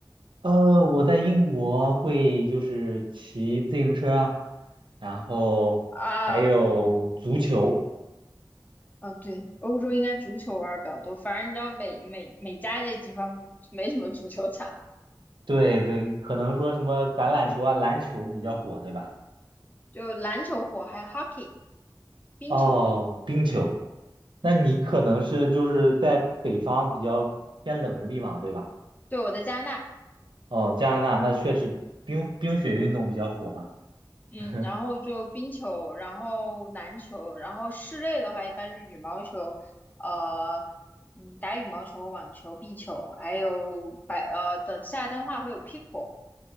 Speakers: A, on the right; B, on the left.
A: 呃，我在英国会就是骑自行车啊然后还有足球，
B: 啊，对。啊，对，欧洲应该足球玩儿比较多，反正你知道美美美加这地方没什么足球场，
A: 对对，可能说什么橄榄球啊、篮球比较火，对吧？
B: 就篮球火，还有 hockey 冰球，
A: 哦，冰球。那你可能是就是在北方比较偏冷的地方，
B: 嗯，
A: 对吧？
B: 对，我在加拿大，
A: 哦，加拿大那确实冰冰雪运动比较火嘛。
B: 嗯，
A: <laughs>
B: 然后就冰球，然后篮球，然后室内的话一般是羽毛球，呃，嗯，打羽毛球、网球、壁球，还有白呃，等夏天的话会有 pickle，